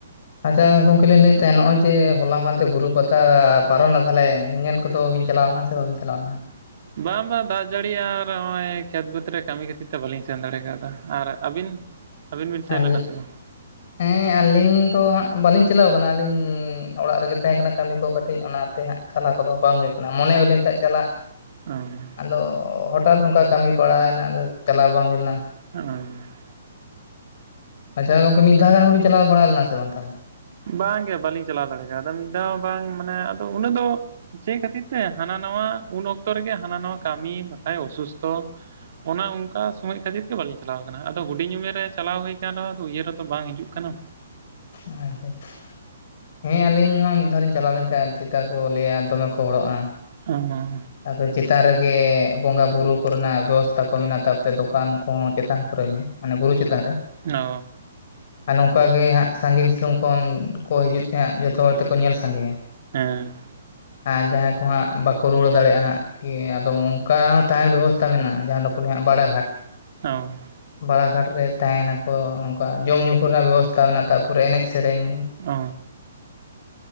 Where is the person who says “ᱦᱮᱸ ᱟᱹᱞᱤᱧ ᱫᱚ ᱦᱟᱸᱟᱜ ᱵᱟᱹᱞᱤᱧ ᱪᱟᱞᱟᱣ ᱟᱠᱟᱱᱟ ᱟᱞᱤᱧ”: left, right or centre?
Left